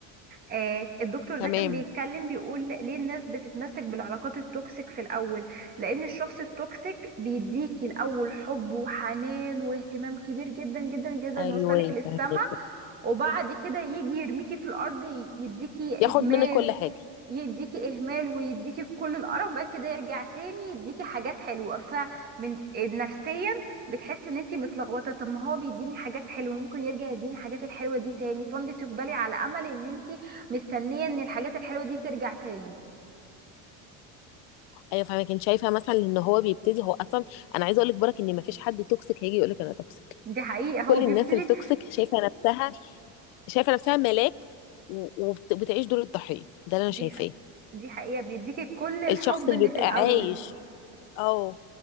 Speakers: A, on the right; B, on the left.
A: آه الدكتور ده
B: تمام
A: كان بيتكلم بيقول ليه الناس بتتمسك بالعلاقات التوكسيك في الأول لأن الشخص التوكسيك بيديكي الأول حب وحنان واهتمام كبير جدا جدا جدا
B: ايوه
A: يوصلك للسما
B: فاهمك
A: وبعد كده يجي يرميكي في الارض ي- يديكي
B: ياخد
A: اهمال
B: منك كل حاجه
A: يديكي اهمال ويديكي كل القرف بقى كده يرجع تاني يديكي حاجات حلوه فمن نفسيا بتحسي ان انتي متلخبطه طب ما هو بيديني حاجات حلوه ممكن يرجع يديني الحاجات الحلوه دي تاني فانت تفضلي على امل ان انتي مستنيه ان الحاجات الحلوه دي ترجع تاني
B: ايوه فاهمه كنت شايفه مثلا ان هو بيبتدي هو اصلا انا عايزه اقول لك برك ان ما فيش حد توكسيك هيجي يقول لك انا توكسيك
A: دي حقيقه
B: كل
A: هو بيبتدي
B: الناس التوكسيك شايفه نفسها شايفه نفسها ملاك و- وبت- وبتعيش دور الضحيه ده اللي انا
A: دي
B: شايفاه
A: ح- دي حقيقه بيديكي كل الحب
B: الشخص اللي
A: اللي
B: بيبقى
A: في الاول
B: عايش اه